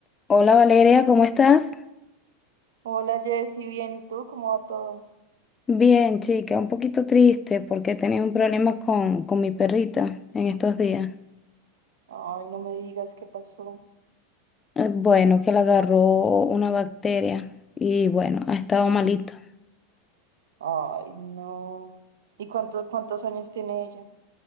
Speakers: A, on the left; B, on the right.
A: Hola Valeria, ¿cómo estás?
B: Hola Jessy, bien, ¿y tú? ¿Cómo va todo?
A: Bien, chica, un poquito triste porque he tenido un problema con, con mi perrita en estos días.
B: Ay, no me digas qué pasó.
A: Eh, Bueno, que le agarró una bacteria y bueno, ha estado malita.
B: Ay, no. ¿Y cuánto, cuántos años tiene ella?